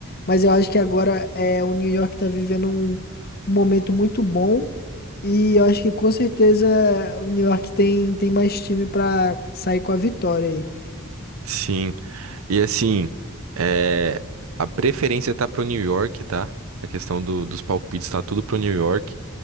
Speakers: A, on the left (about 45°); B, on the right (about 65°).
A: Mas eu acho que agora é, o New York tá vivendo um, um momento muito bom e eu acho que com certeza o New York tem, tem mais time pra sair com a vitória aí.
B: Sim. E assim, é, a preferência tá pro New York, tá? A questão do- dos palpites tá tudo pro New York.